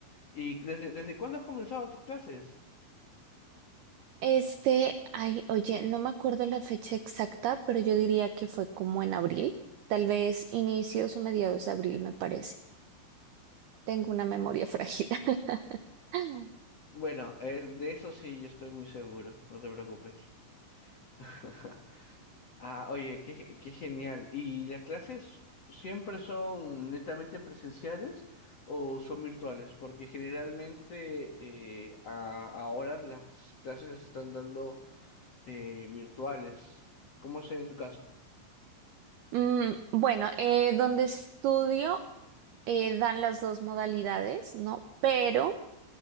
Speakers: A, on the left (about 55°); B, on the right (about 80°).
A: ¿Y desde, desde cuándo has comenzado tus clases?
B: este, ay, oye, no me acuerdo la fecha exacta, pero yo diría que fue como en abril, tal vez inicios o mediados de abril, me parece. Tengo una memoria frágil. <laughs>
A: Bueno, eh, de eso sí, yo estoy muy seguro, no te preocupes. <laughs> Ah, oye, qué, qué genial. ¿Y las clases siempre son netamente presenciales o son virtuales? Porque generalmente eh, a- ahora las clases las están dando eh, virtuales. ¿Cómo es en tu caso?
B: Mm, bueno, eh, donde estudio eh, dan las dos modalidades, ¿no? Pero